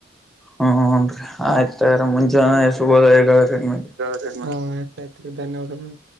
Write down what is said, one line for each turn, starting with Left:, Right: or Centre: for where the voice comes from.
Centre: ಹ್ಮ್ ನ್ರಿ ಆಯ್ತ್ರ ಮುಂಜಾನೆಯ ಶುಭೋದಯಗಳು ನಿಮಗ್ರಿ.
Right: ಹ ಆಯ್ತ ಆಯ್ತ್ರಿ ಧನ್ಯವಾದಗಳು.